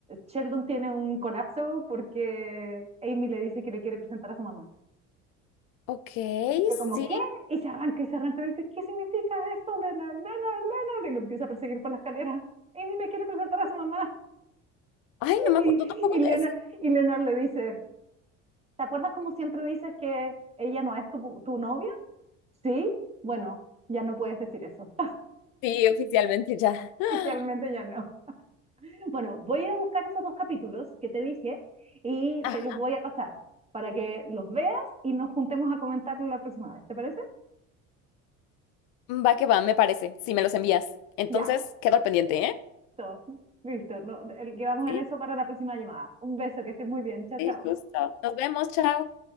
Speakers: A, on the right (about 15°); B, on the left (about 65°).
A: Sheldon tiene un colapso porque Amy le dice que le quiere presentar a su mamá.
B: ok,
A: Y fue como,
B: sí.
A: ¿qué? Y se arranca y se arranca y dice, ¿qué significa esto, Leonard? Leonard, Leonard. Y lo empieza a perseguir por la escalera. Amy me quiere presentar a su mamá.
B: Ay, no me
A: Y,
B: acuerdo tampoco
A: y, Leonard,
B: de eso.
A: y Leonard le dice, ¿te acuerdas cómo siempre dices que ella no es tu, tu novia? Sí, bueno, ya no puedes decir eso.
B: Sí, oficialmente ya.
A: <laughs>
B: <gasps>
A: Oficialmente ya no. Bueno, voy a ir a buscar esos dos capítulos que te dije y
B: Ah,
A: te los voy a pasar para que los veas y nos juntemos a comentarlo la próxima vez. ¿Te parece?
B: va que va, me parece. Si me los envías. Entonces,
A: Ya,
B: quedo al pendiente, ¿eh?
A: todos. Listo, no, el, quedamos
B: Sí.
A: en eso para la próxima llamada. Un beso, que estés muy bien. Chao,
B: Sí,
A: chao.
B: justo. Nos vemos, chao.